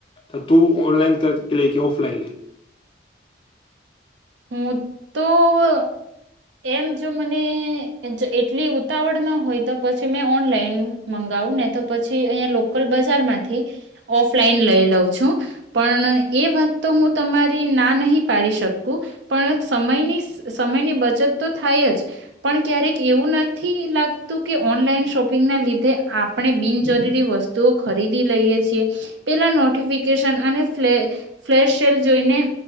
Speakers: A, on the left; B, on the right.
A: તો તું ઓનલાઈન લે કે ઓફલાઇન લે.
B: હું તો અ એમ જો મને જો એટલી જ ઉતાવળ ન હોય તો પછી મેં ઓનલાઈન મંગ ગાવુંને નહીં તો પછી અહીયા લોકલ બજાર માંથી, ઓફલાઈન લઈ લઉ છું. પણ એ વાત તો હું તમારી ના નહીં પાડી શક કુ પણ સમયની-સમયની બચત તો થાય જ, પણ ક્યારેક એવું નથી લાગતું કે ઓનલાઈન શોપિંગના લીધે આપણે બિનજરૂરી વસ્તુઓ ખરીદી લઈએ છીએ. પેલા નોટિફિકેશન અને ફલે ફ્લેશ સેલ જોઈને